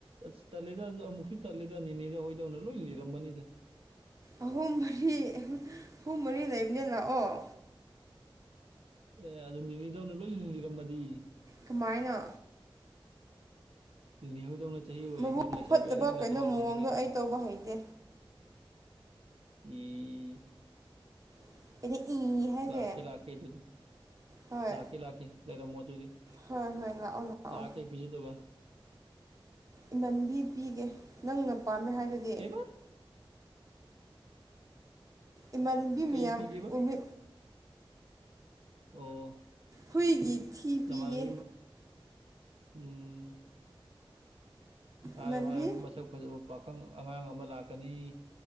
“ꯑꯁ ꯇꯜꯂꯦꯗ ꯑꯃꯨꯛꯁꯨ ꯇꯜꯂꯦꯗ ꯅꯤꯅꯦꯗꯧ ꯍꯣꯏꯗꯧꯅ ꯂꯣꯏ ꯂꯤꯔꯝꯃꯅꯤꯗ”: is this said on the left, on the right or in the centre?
Right